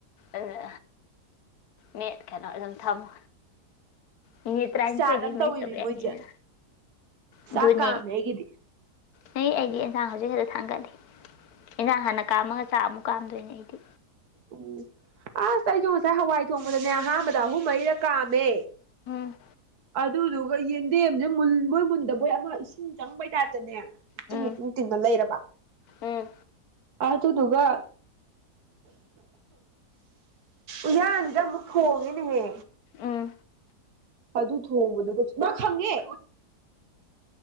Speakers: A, on the left; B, on the right.
A: ꯑꯗꯨ ꯃꯠ ꯀꯩꯅꯣ ꯑꯗꯨꯝ ꯊꯝꯃꯣ ꯃꯤꯅꯤꯠ ꯇꯔꯥꯅꯤꯊꯣꯏꯗꯤ
B: ꯖꯥꯠ ꯑꯃ
A: ꯃꯤꯁ
B: ꯇꯧꯋꯤꯃꯤ
A: ꯇꯧꯕ ꯌꯥꯒꯦꯅ
B: ꯃꯣꯏꯁꯦ
A: ꯑꯗꯨꯅꯦ
B: ꯆꯥꯛ ꯀꯥꯝꯃꯦ ꯑꯩꯒꯤꯗꯤ
A: ꯅꯩ ꯑꯩꯗꯤ ꯑꯦꯟꯖꯥꯡ ꯍꯧꯖꯤꯛ ꯈꯛꯇ ꯊꯥꯡꯒꯠꯂꯤ ꯑꯦꯟꯖꯥꯡ ꯍꯥꯟꯅ ꯀꯥꯝꯃꯒ ꯆꯥꯛ ꯑꯃꯨꯛ ꯀꯥꯝꯗꯣꯏꯅꯦ ꯑꯩꯗꯤ
B: ꯎꯝ ꯑꯁ ꯑꯩꯁꯨ ꯉꯁꯥꯏ ꯍꯋꯥꯏ ꯊꯣꯡꯕꯗꯅꯦ ꯑꯍꯥꯟꯕꯗ ꯑꯍꯨꯝ ꯃꯔꯤꯔ ꯀꯥꯝꯃꯦ
A: ꯎꯝ
B: ꯑꯗꯨꯗꯨꯒ ꯌꯦꯟꯗꯦꯝꯁꯦ ꯃꯨꯟꯕꯣꯏ ꯃꯨꯟꯗꯕꯣꯏ ꯑꯃ ꯏꯁꯤꯡ ꯆꯪꯕꯩ ꯇꯥꯏꯞꯇꯅꯦ ꯏꯇꯤꯡ
A: ꯎꯝ
B: ꯏꯇꯤꯡ ꯇꯤꯡꯅ ꯂꯩꯔꯕ
A: ꯎꯝ
B: ꯑꯗꯨꯗꯨꯒ ꯎꯍꯥꯟꯖꯤꯗ ꯑꯃꯨꯛ ꯊꯣꯡꯉꯦꯅꯦꯍꯦ
A: ꯎꯝ
B: ꯑꯗꯨ ꯊꯣꯡꯕꯗꯨꯒ ꯏꯃꯥ ꯈꯪꯉꯦ